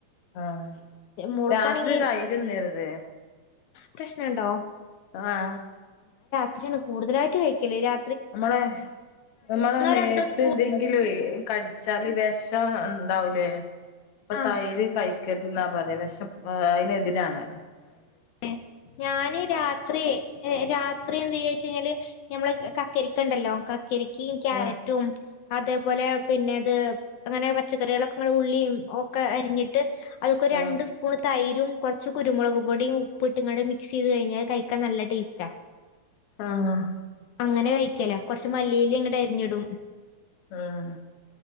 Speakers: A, on the left; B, on the left.
A: ആഹ്
B: മോൾക്കാണെങ്കി
A: രാത്രി തൈര് തിന്നരുത്
B: പ്രശ്നണ്ടോ?
A: ആ ആ
B: ഭക്ഷണം കൂടുതലായിട്ട് കഴിക്കില്ല. രാ
A: നമ്മളെ നമ്മള മേത്ത്
B: രണ്ടോ സ്പൂ
A: എന്തെങ്കിലുവേ കടിച്ചാല് വെഷംണ്ടാവുലേ അപ്പൊ
B: ആഹ്
A: തൈര് കഴി ക്കെര്തെന്നാ പറ വെഷം അതിനെതിരാണ്
B: <unintelligible> ഞാന് രാത്രി രാത്രി എന്ത് ചെയ്യാ വെച്ച് കഴിഞ്ഞാല് ഞമ്മളെ കക്കരിക്ക ഉണ്ടല്ലോ കക്കരികേം ക്യാരറ്റും
A: ആഹ്
B: അതേപോലെ പിന്നെത് അങ്ങനെ പച്ചക്കറികളൊക്കെ ഉള്ളിയും ഒക്കെ അരിഞ്ഞിട്ട് അതൊക്കെ രണ്ട്
A: ആഹ്
B: സ്പൂൺ തൈരും കുറച്ച് കുരുമുളക് പൊടിയും ഉപ്പട്ടുംങ്ങാണ്ട് മിക്സ് ചെയ്ത് കഴിഞ്ഞാ കയ്ക്കാൻ നല്ല ടേസ്റ്റാ.
A: ആഹ്
B: അങ്ങനെ കഴിക്കല കൊറച്ച് മല്ലിയില ഇങ്ങട്ട് അരിഞ്ഞിടും
A: ആഹ്